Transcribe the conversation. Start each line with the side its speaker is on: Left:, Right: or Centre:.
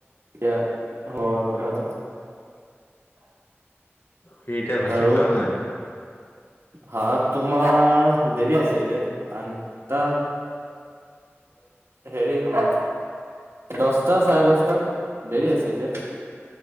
Right: এতিয়া হব কথাটো।
Left: সেইতিয়া ভাত-
Right: আৰু
Left: চাত খালা নাই?
Right: ভাত তোমাৰ দেৰি আছে এতিয়া। আঠ হেৰী তোমাৰ দহটা চাৰে দহটাত দেৰি আছে এতিয়া।